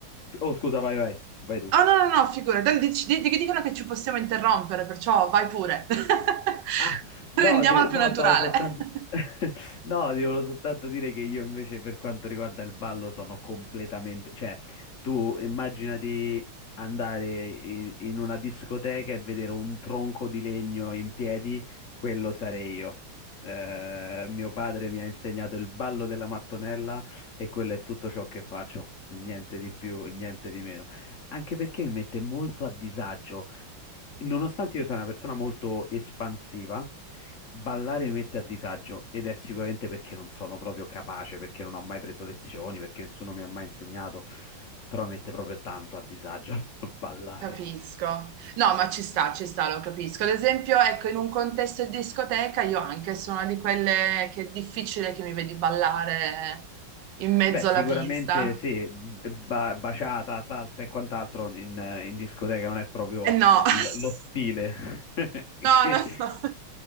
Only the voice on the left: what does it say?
Oh, scusa, vai, vai, vai tu.
Ah,
no, ti-
no,
stavo soltanto...
<laughs> No, ti volevo soltanto dire che io invece per quanto riguarda il ballo sono completamente... Cioè, tu immaginati andare in, in una discoteca e vedere un tronco di legno in piedi, quello sarei io. Eh, mio padre mi ha insegnato il ballo della mattonella e quello è tutto ciò che faccio. Niente di più, niente di meno. Anche perché mi mette molto a disagio. Nonostante io sia una persona molto espansiva, ballare mi mette a disagio ed è sicuramente perché non sono proprio capace, perché non ho mai preso lezioni, perché nessuno mi ha mai insegnato, però mi mette proprio tanto a disagio <laughs> ballare.
Beh, sicuramente
sì, ba- baciata, salsa e quant'altro in, in discoteca non è proprio
l-
lo stile <laughs>
che,